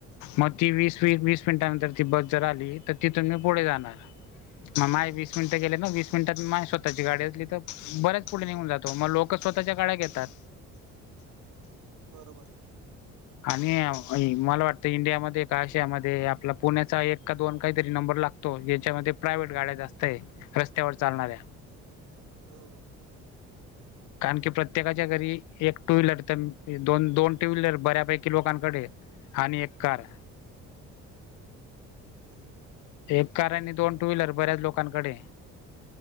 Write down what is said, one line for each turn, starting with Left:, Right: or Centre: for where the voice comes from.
Left: मग ती वीस इथं एक वीस मिनिटानंतर ती बस जर आली तर तिथून मी पुढे जाणार. मग माझ वीस मिनिटं गेले ना वीस मिनिटात मा स्वतःची गाडी असली तर बर्याच पुढे निघून जातो मग लो कर स्वतच्या गाड्या घेतात.
Right: बरोबर.
Left: आणि मला वाटतं इंडियामध्ये काशयामध्ये आपला पुण्याचा एक का दोन काहीतरी नंबर लाग यांच्यामध्ये प्रायव्हेट गाड्या जास्त रस्त्यावर चालणाऱ्या.
Right: हो.
Left: कारण की प्रत्येकाच्या घरी एक टू व्हीलर तर दोन दोन टू व्हीलर बऱ्यापैकी लोकांकडे. आणि एक कार.
Right: हम्म हम्म.
Left: एक कार आणि दोन टू व्हहीलर बऱ्याच लोकांकडे.